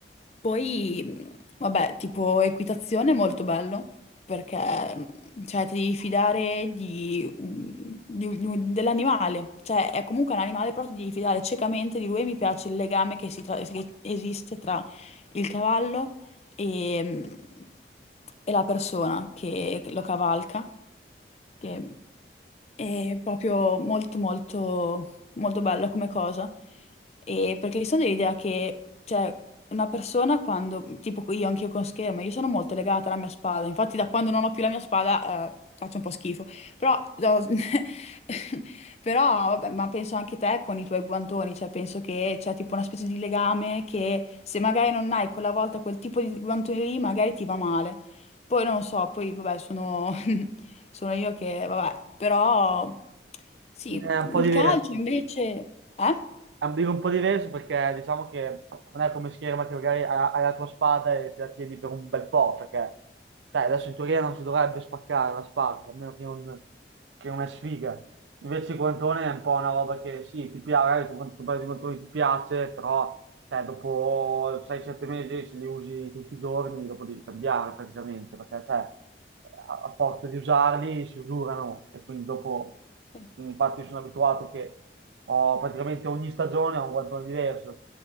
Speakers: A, on the left; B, on the right.
A: Poi, mh, vabbè, tipo equitazione, molto bello perché mh, cioè, ti devi fidare di, un- di un- di un- dell'animale, cioè è comunque un animale, però ti devi fidare ciecamente di lui e mi piace il legame che, si tra- che esiste tra il cavallo e, mh, e la persona che lo cavalca, che è proprio molto molto molto bella come cosa, e perché sono dell'idea che cioè, una persona quando, tipo io, anch'io con schermo, io sono molto legata alla mia spada, infatti da quando non ho più la mia spada eh, faccio un po' schifo, però, no, <laughs> però vabbè, ma penso anche te con i tuoi guantoni, cioè penso che c'è tipo una specie di legame che se magari non hai quella volta quel tipo di guantoni lì magari ti va male, poi non so, poi vabbè sono, <laughs> sono io che vabbè, però sì,
B: È un
A: il
B: po' diverso.
A: calcio invece... Eh?
B: Ambire un po' diverso perché diciamo che non è come scherma che magari ha- hai la tua spada e te la tieni per un bel po', perché sai, adesso in teoria non si dovrebbe spaccare la spada, a meno che non, che non è sfiga. Invece il guantone è un po' una roba che sì, ti piace, magari tu quando tu prendi i guantoni ti piace, però cioè, dopo 6-7 mesi se li usi tutti i giorni, dopo devi cambiare praticamente, perché cioè, a, a forza di usarli si usurano e quindi dopo,
A: Sì.
B: quindi infatti io sono abituato che ho praticamente ogni stagione ho un guantone diverso,